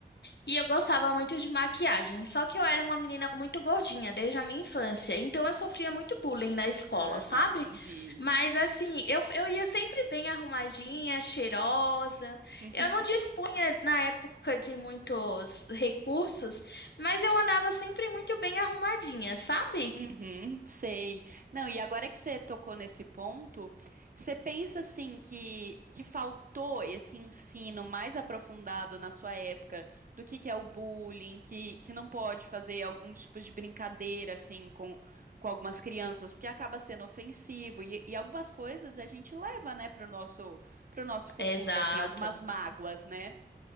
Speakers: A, on the left (about 70°); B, on the right (about 50°).
A: E eu gostava muito de maquiagem, só que eu era uma menina muito gordinha desde a minha infância, então eu sofria muito bullying na escola,
B: Ah,
A: sabe?
B: entendi.
A: Mas assim, eu, eu ia sempre bem arrumadinha, cheirosa.
B: <laughs>
A: Eu não dispunha na época de muitos recursos, mas eu andava sempre muito bem arrumadinha, sabe?
B: Uhum, sei. Não, e agora que você tocou nesse ponto, você pensa assim que que faltou esse ensino mais aprofundado na sua época do que que é o bullying, que que não pode fazer alguns tipos de brincadeira assim com com algumas crianças, porque acaba sendo ofensivo e, e algumas coisas a gente leva, né, pro nosso pro nosso futuro,
A: Exato.
B: assim, algumas mágoas, né?